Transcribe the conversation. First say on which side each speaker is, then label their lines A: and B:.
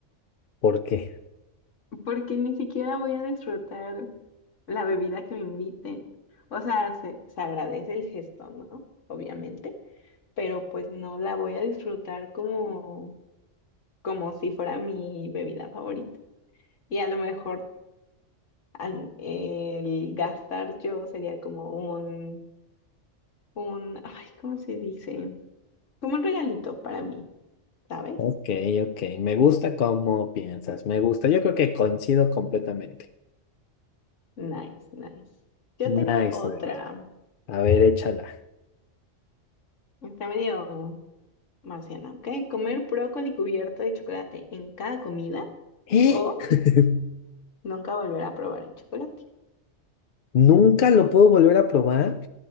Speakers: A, on the left; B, on the left.
A: ¿Por qué?
B: porque ni siquiera voy a disfrutar la bebida que me inviten. O sea, se, se agradece el gesto, ¿no? Obviamente, pero pues no la voy a disfrutar como, como si fuera mi bebida favorita. Y a lo mejor al- el gastar yo sería como un, un, ay, ¿cómo se dice? Como un regalito para mí, ¿sabes?
A: Ok, ok. Me gusta cómo piensas. Me gusta. Yo creo que coincido completamente.
B: Nice, nice. Yo
A: Nice,
B: tengo otra.
A: nice. A ver, échala.
B: Está medio marciana, ¿ok? Comer brócoli cubierto de chocolate en cada comida
A: ¿Eh?
B: o
A: <laughs>
B: nunca volver a probar el chocolate.
A: ¿Nunca lo puedo volver a probar?